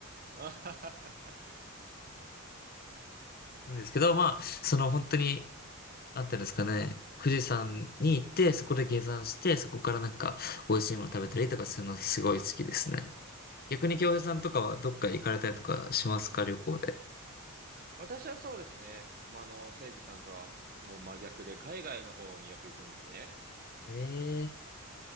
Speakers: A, on the right (about 45°); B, on the left (about 45°).
A: あははは
B: なんですけど、まあ、その本当に、なんていうんですかね、富士山に行って、そこで下山して、そこからなんか、美味しいもの食べたりとかするのすごい好きですね。逆に京平さんとかはどっか行かれたりとかしますか、旅行で。
A: <laughs> 私はそうですね。まあ、あの、誠司さんとはもう真逆で、海外の方によく行くんですね。
B: ええー